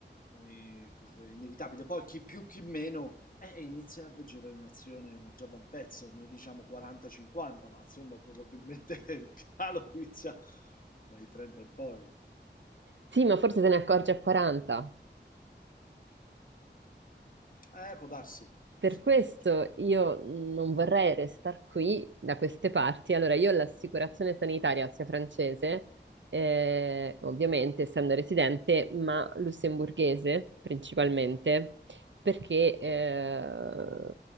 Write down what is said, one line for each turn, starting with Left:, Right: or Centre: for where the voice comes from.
Left: eh, che è inevitabile. Poi chi più, chi meno, eh, inizia la generazione, ma già da un pezzo, noi diciamo 40-50, ma insomma probabilmente <laughs> il calo inizia dai 30 in poi.
Right: Sì, ma forse te ne accorgi a 40.
Left: Eh, può darsi,
Right: Per
Left: forse
Right: questo
Left: non accorge al 40.
Right: io non vorrei restare qui da queste parti. Allora, io ho l'assicurazione sanitaria sia francese, eh, ovviamente essendo residente, ma lussemburghese principalmente, perché eh,